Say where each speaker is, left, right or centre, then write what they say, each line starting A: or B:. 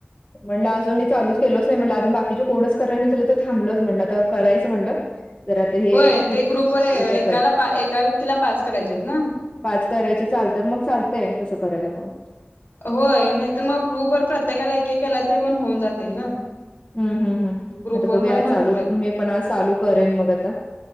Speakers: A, on the left; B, on the left.
A: म्हणलं अजून मी चालूच केलोच नाही म्हटलं, अजून बाकीचे कोणच करणा झाले तर थांबलोच म्हटलं तर करायचं म्हणलं. जरा आता हे
B: होय. ते ग्रुपवर एकाला
A: उद्या करा
B: एका व्यक्तीला पाच करायचे आहेत ना.
A: पाच करायचे चालतात मग चालतय तसं करायला मग
B: होय नाहीतर मग ग्रुपवर प्रत्येकाला एक एक केला तरी पण होऊन जातील ना
A: हम हम्म हम
B: ग्रुपवर
A: आता बघू
B: पण
A: आज
B: भरपूर
A: चालू
B: आहेत
A: मी पण आज चालू करेन मग आता